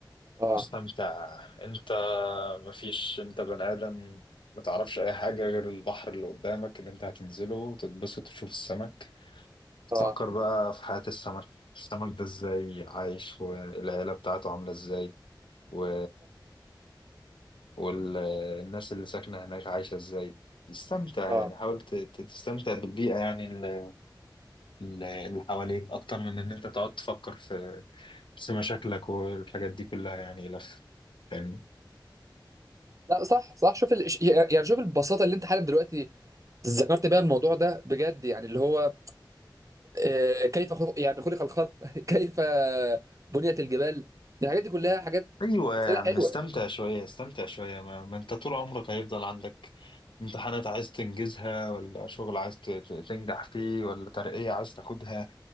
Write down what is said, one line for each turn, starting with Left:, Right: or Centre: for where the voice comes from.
Right: اه
Left: استمتع انت مفيش انت بني ادم ما تعرفش اي حاجه غير البحر اللي قدامك اللي انت هتنزله وتتبسط وتشوف السمك
Right: اه
Left: فكر بقى في حياه السمك السمك ده ازاي عايش والعيله بتاعته عامله ازاي و والناس اللي ساكنة هناك عايشة ازاي استمتع
Right: اه
Left: يعني حاول ت- ت- تستمتع بالبيئة يعني ال- ال- اللي حواليك أكتر من إن أنت تقعد تفكر في في مشاكلك والحاجات دي كلها يعني لف فاهمني
Right: لا صح صح شوف ال... يعني شوف البساطه اللي انت حالا دلوقتي ذكرت بيها الموضوع ده بجد يعني اللي هو آه، كيف خلق يعني خلق الخلق <laughs> كيف بنيت الجبال الحاجات دي كلها حاجات
Left: أيوة يا
Right: اسئله
Left: عم
Right: حلوه
Left: استمتع شوية استمتع شوية ما, ما أنت طول عمرك هيفضل عندك امتحانات عايز تنجزها ولا شغل عايز ت- ت- تنجح فيه ولا ترقية عايز تاخدها